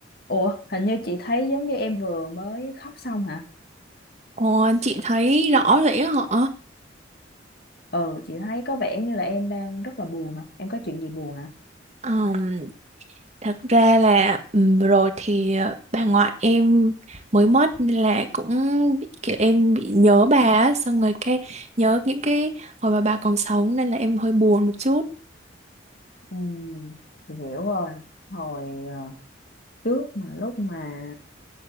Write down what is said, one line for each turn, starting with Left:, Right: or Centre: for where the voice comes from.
Left: Ủa, hình như chị thấy giống như em vừa mới khóc xong hả?
Right: Ồ, chị thấy rõ rỉ họ
Left: Ừ, chị thấy có vẻ như là em đang rất là buồn hả? Em có chuyện gì buồn hả?
Right: Ờm, thật ra là ừm, vừa rồi thì ờ, bà ngoại em mới mất nên là cũng bị- kiểu em bị nhớ bà á, xong rồi cái nhớ những cái hồi mà bà còn sống nên là em hơi buồn một chút
Left: Ừ, chị hiểu rồi. Hồi ờ, trước mà lúc mà